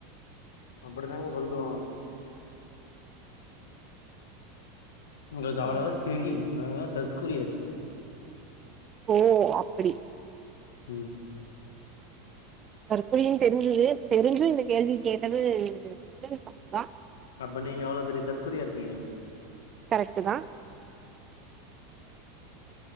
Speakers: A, on the left; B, on the right.
A: அப்டிதாங்க சொல்லுவோ எங்களுக்
B: சேரி
A: அவ்வளதா தெரியூ நாங்கதா தற்குறியாச்சே
B: ஓ அப்படி
A: ம்
B: தற்குறினு தெரிஞ்சது தெரிஞ்சு இந்த கேள்வி கேட்டது வந்து தப்புதா
A: அப்ப நீங்க எவ்ளோ பெரிய தற்குறியா இருப்பீங்க
B: கரெக்ட்டுதா